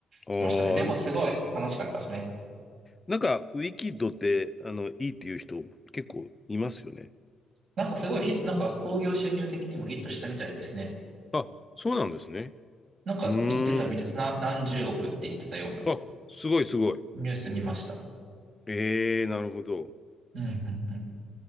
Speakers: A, on the left (about 20°); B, on the right (about 60°).
A: ああ、
B: しましたね。でもすごい楽しかったですね。
A: なんか、ウィキッドって、あの、いいっていう人結構いますよね。
B: なんかすごいヒなんか興行収入的にもヒットしたみたいですね。
A: あ、そうなんですね。
B: なんか言ってたみたいです。
A: うーん。
B: な、何十億って言ってたような
A: あ、すごいすごい。
B: ニュース見ました。
A: ええ、なるほど。
B: うんうんうん。